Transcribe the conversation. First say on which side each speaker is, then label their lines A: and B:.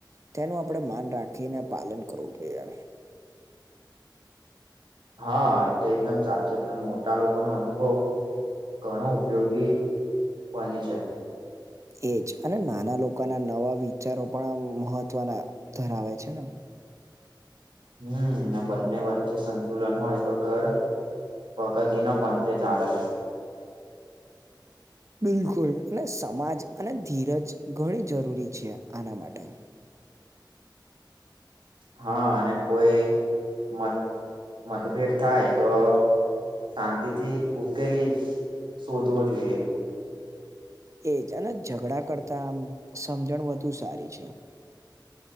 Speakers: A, on the right; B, on the right.
A: તેનું આપણે માન રાખીને પાલન કરવું જોઈએ
B: હા એ તો એકદમ સાચીત મોટા લોકો નો અનુભવ ઘણો ઉપયોગી ફની
A: એજ અને નાના લોકોના નવા વિચારો પણ આમ મહત્વના ધરાવે છે
B: હમ અને બંને વચ્ચે સંતુલન હોય તો ઘર પ્રગતિ ના પંથે ચાલે છે
A: બિલકુલ ને સમાજ અને ધીરજ ઘણી જરૂરી છે આના માટે
B: હા અને કોઈ મત મતભેદ થાય તો શાંતિ થી ઉકેલી શોધવો જોઈએ.
A: એજ અને ઝઘડા કરતા આમ સમજણ વધુ સારી છે